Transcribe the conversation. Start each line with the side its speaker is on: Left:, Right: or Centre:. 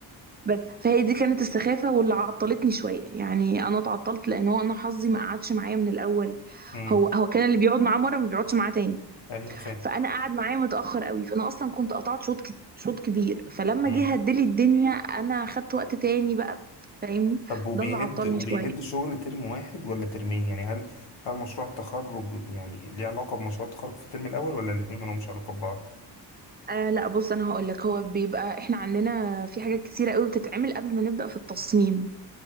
Right: بس فهي دي كانت السخافة واللي عطلتني شوية يعني انا اتعطلت لان هو انا حظي ما قعدش معايا من الاول
Left: امم
Right: هو هو كان اللي بيقعد معاه مرة ما بيقعدش معاه تاني
Left: أيوه فاهم
Right: فانا قاعد معايا متاخر قوي فانا اصلا كنت قطعت شوط ك- شوط كبير فلما
Left: امم
Right: جه هدلي الدنيا انا خدت وقت تاني بقى فاهمني
Left: طب وبيهد
Right: ده اللي عطلني
Left: وبيهد
Right: شويه
Left: شغل ترم واحد ولا ترمين يعني هل هل مشروع التخرج يعني ليه علاقة بمشروع التخرج في الترم الأول ولا الاتنين مالهمش علاقة ببعض؟
Right: آه لا بص انا هقول لك هو بيبقى احنا عندنا في حاجات كتيره قوي بتتعمل قبل ما نبدا في التصميم